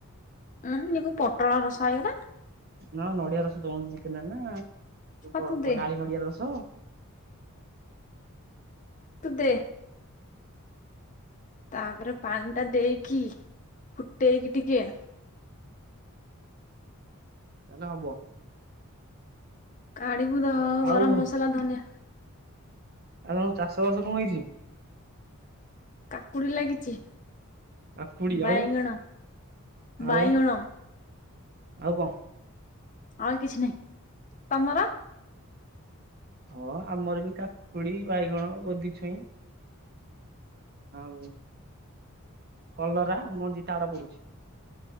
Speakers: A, on the left; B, on the right.
A: ଉୁଁ ଏ କଣ ପୋଟଳ ରସା ହେଇଗଲା?
B: ନ ନଡ଼ିଆ ରସ ଦୋଅନ୍ତି ଚିକେନରେ ନା
A: ହଁ
B: ପ
A: ତୁ ଦେ
B: ପ ନାଳି ନଡ଼ିଆ ରସ।
A: ତୁ ଦେ। ତାପରେ ପାଣିଟା ଦେଇକି ଫୁଟେଇକି ଟିକିଏ
B: ତାଏଲେ ହବ।
A: କାଡ଼ିବୁ ଧ
B: ଆଉ ଆଉ
A: ଗରମ ମସଲା ଧନିଆ
B: ଆଉ ତମ ଚାଷବାସ କଣ ହେଇଚି?
A: କାକୁଡ଼ି ଲାଗିଚି
B: କାକୁଡି
A: ବାଇଗଣ
B: ଆଉ ଆଉ
A: ବାଇଗଣ।
B: ଆଉ କଁ?
A: ଆଉ କିଛି ନାହିଁ ତମର?
B: ହଁ ଆମର ବି କାକୁଡ଼ି ବାଇଗଣ ଗୋଧି ଛୁଇଁ। ଆଉ କଲରା ମଞ୍ଜି ତାଡ଼ ପଡ଼ୁଛି।